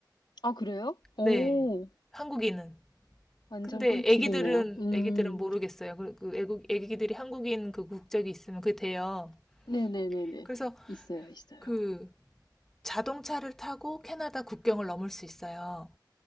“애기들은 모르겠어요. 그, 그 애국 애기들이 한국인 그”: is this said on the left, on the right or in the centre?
Centre